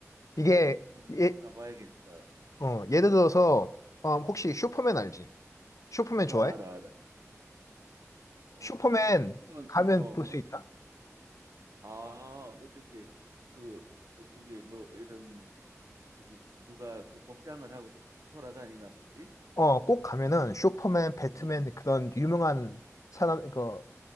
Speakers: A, on the right; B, on the left.
A: 그래.
B: 이게
A: 한번
B: 예,
A: 가- 가봐야겠다.
B: 어, 예를 들어서 어, 혹시 슈퍼맨 알지? 슈퍼맨 좋아해?
A: 어, 알아, 알아. 어,
B: 슈퍼맨
A: 뭐 한번
B: 가면
A: 어,
B: 볼
A: 본
B: 수 있다?
A: 적이 있어. 아, 어떻게 그 어떻게 뭐 이런 저기 누가 그 복장을 하고 돌아다니나 보지?
B: 어, 꼭 가면은 슈퍼맨, 배트맨
A: 응.
B: 그런 유명한 사람, 그